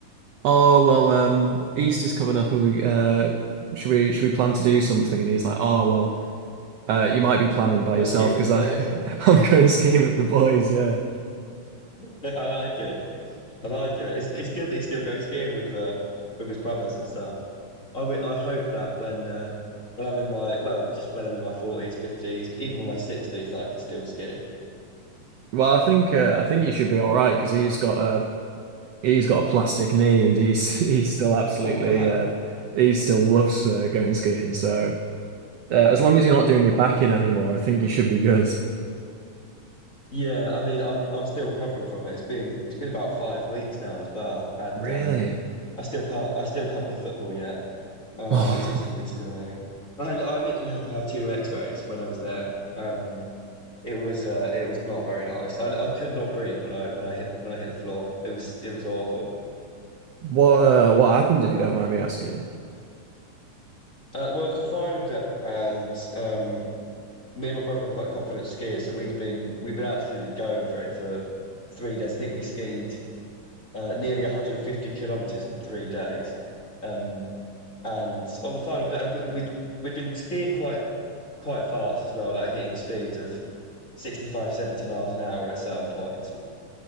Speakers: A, on the right (about 85°); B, on the left (about 30°).
A: "Oh well, um, Easter's coming up. Are we, uh, should we should we plan to do something?" And he's like, "Oh well, uh, you might be planning by
B: But
A: yourself
B: skiing with
A: because
B: the boys.
A: I <laughs> I'm going skiing with the boys."
B: <laughs>
A: Yeah.
B: <laughs> I like it. I like it. It's it's good that he still goes skiing with uh with his brothers and stuff. I wi- I hope that when uh when I'm in my well, just when I'm in my forties, fifties, even in my sixties, that I can still ski.
A: Well, I think uh, I think you should be all right because he's got a he's got a plastic knee and he's <laughs> he's still absolutely
B: Oh wow.
A: uh, he still loves uh, going skiing. So uh, as long as you're not doing your back in anymore, I think you should be good.
B: Yeah, I mean I'm I'm still recovering from it. It's been it's been about five weeks now as well. And
A: Really?
B: um I still can't I still can't play football yet, uh
A: <laughs>
B: which is which
A: <sighs>
B: is annoying. I I literally had to have two x-rays when I was there. Um It was uh, it was not very nice. I, I could not breathe when I when I hit the, when I hit the floor. It was it was awful.
A: What uh, what happened if you don't mind me asking?
B: Uh, well, it was the final day, and um, me and my brother are quite confident skiers, so we've been we've been absolutely going for it for three days. I think we skied uh, nearly 150 kilometers in three days. Um, and on the final day, and we, we'd we'd been skiing quite quite fast as well, like hitting speeds of 65, 70 miles an hour at certain points.